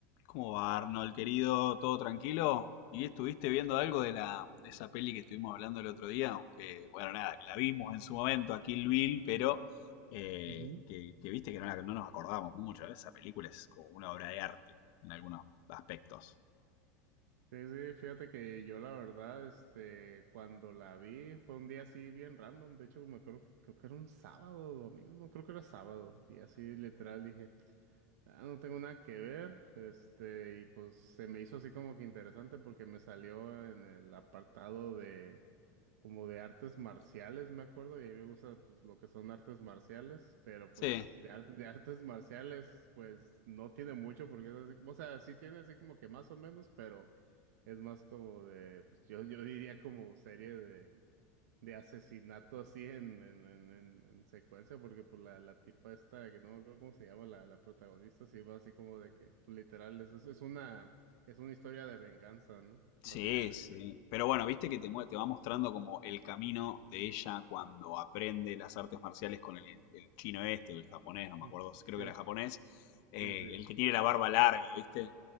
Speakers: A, on the left (about 50°); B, on the right (about 80°).
A: ¿Cómo va, Arnold, querido? ¿Todo tranquilo? ¿Y estuviste viendo algo de la de esa peli que estuvimos hablando el otro día? Que, bueno, nada, que la vimos en su momento a Kill Bill, pero eh,
B: Ujú.
A: que, que viste que no, la- no nos acordábamos mucho, ¿eh? Esa película es como una obra de arte en algunos aspectos.
B: Sí, sí, fíjate que yo la verdad, este, cuando la vi fue un día así bien random, de hecho me acuerdo, que- creo que era un sábado o domingo, no, creo que era sábado, y así literal dije, Ah, no tengo nada que ver, este, y pues se me hizo así como que interesante porque me salió en el apartado de como de artes marciales, me acuerdo, y a mí me gusta pues lo que son artes marciales, pero
A: Sí.
B: pues de, arte- de artes marciales pues no tiene mucho porque es así, o sea, sí tiene así como que más o menos, pero es más como de, pues yo, yo diría como serie de asesinato así en, en, en, en, en secuencia, porque por la, la tipa esta, que no me acuerdo cómo se llama, la, la protagonista, sí va así como de que, pues, literal, es, es es una, es una historia de venganza, ¿no?
A: Sí,
B: Básicamente.
A: sí. Pero bueno, viste que te, mue- te va mostrando como el camino de ella cuando aprende las artes marciales con el, el chino este o el japonés, no me
B: Mm,
A: acuerdo, creo
B: Sí,
A: que era japonés, eh,
B: sí, sí.
A: el que tiene la barba larga, viste,